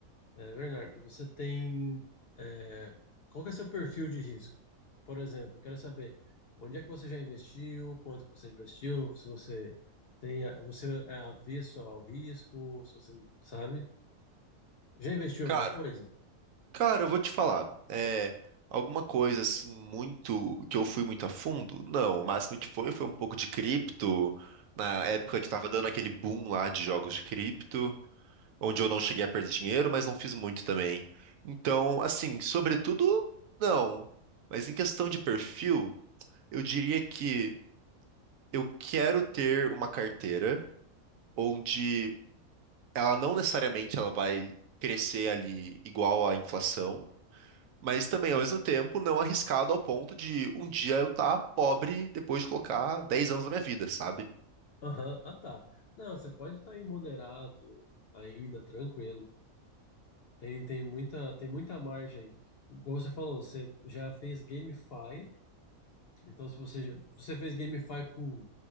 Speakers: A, on the left (about 60°); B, on the right (about 75°).
A: É, Bernardo, você tem. é, qual que é seu perfil de risco? Por exemplo, eu quero saber onde é que você já investiu, quanto que você investiu, se você tem, a- você é avesso ao risco, se você sabe. Já investiu
B: Cara,
A: em alguma coisa?
B: Cara, eu vou te falar. É, alguma coisa assim, muito que eu fui muito a fundo? Não, o máximo que foi foi um pouco de cripto, na época que tava dando aquele boom lá de jogos de cripto, onde eu não cheguei a perder dinheiro, mas não fiz muito também. Então, assim, sobretudo, não. Mas em questão de perfil, eu diria que eu quero ter uma carteira onde ela não necessariamente ela vai crescer ali igual à inflação mas também, ao mesmo tempo, não arriscado ao ponto de um dia eu estar pobre depois de colocar dez anos da minha vida, sabe?
A: Aham, Ah, tá. Não, você pode estar aí moderado, ainda tranquilo. Tem, tem muita, tem muita margem. Como você falou, você já fez GameFi, então se você, já- você fez GameFi com,